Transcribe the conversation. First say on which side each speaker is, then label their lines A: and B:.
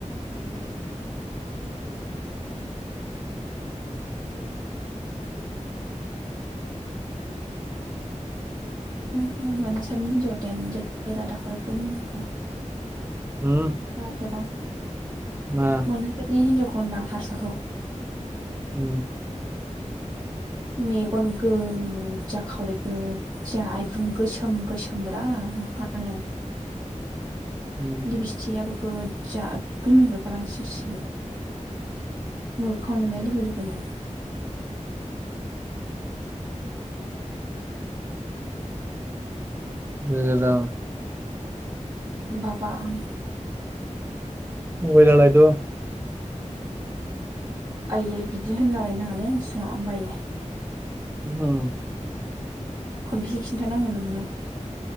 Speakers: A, on the right; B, on the right.
A: उम उम मानासारनि हिन्जावआ देनजार <unintelligible> दाखालैबो मिनिखादां।
B: उम
A: बाजाराव।
B: मा
A: मोनासारनि हिनजावखौ हनदां हारसाखौ।
B: उम।
A: मेगन गोजा खावलाय गदजा आइब्रुं गोसोम गोसोमब्रा मोखाङानो।
B: उम
A: लिबिस्थियाबो गोजा नोग्गोर मिनिहरखादां सिरि सिरि। मोखां नुनाय लोगो लोगोनो।
B: मोजां।
A: बबा आं
B: मबाइलालायदो
A: आयै बिदि होनलाबाय नङालायै आंनि सिङागांआव आं बायो
B: होम
A: खनबिसे कि खिन्थानांगौ नोंनोलाय?